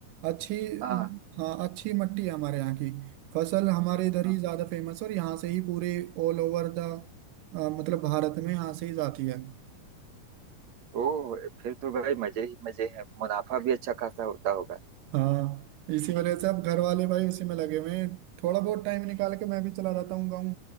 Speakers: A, on the right (about 80°); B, on the right (about 60°).
A: अच्छी
B: हाँ
A: हाँ अच्छी मट्टी है हमारे यहाँ की फसल हमारे इधर
B: हाँ
A: ही ज्यादा फेमस है और यहाँ से ही पूरे ऑल ओवर द मतलब भारत में यहाँ से ही जाती है
B: ओह फिर तो भाई मजे ही मजे हैं मुनाफा भी अच्छा खासा होता होगा
A: हाँ इसी वजह से अब घर वाले भाई उसी में लगे हुए हैं थोड़ा बहुत टाइम निकाल के मैं भी चला जाता हूँ गाँव